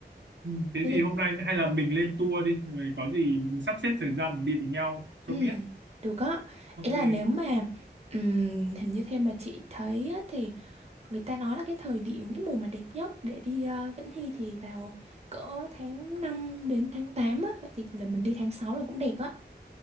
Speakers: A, on the right (about 80°); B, on the right (about 35°).
A: ừm, thế
B: Nên
A: thì
B: là,
A: hôm nay hay là mình lên tour đi rồi có gì mình sắp xếp thời gian mình đi với nhau cho
B: ừ,
A: biết
B: được á.
A: ok
B: Ý là nếu mà, ừm, hình như theo mà chị thấy á, thì Người ta nói là cái thời điểm, cái mùa mà đẹp nhất để đi ờ, Vĩnh Hy thì vào cỡ tháng 5 đến tháng 8 á. Vậy thì là mình đi tháng sáu là cũng đẹp á.